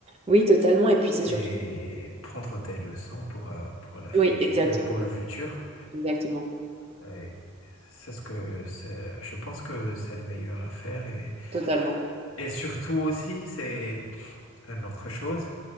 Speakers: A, on the right; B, on the left.
A: Oui, totalement. Et puis c'est
B: et
A: surtout.
B: prendre tes leçons pour, euh, pour la future,
A: Oui, exactement.
B: pour le futur.
A: Exactement.
B: Euh, c'est ce que c'est- je pense que c'est le meilleur à faire et,
A: Totalement.
B: et surtout aussi, c'est une autre chose.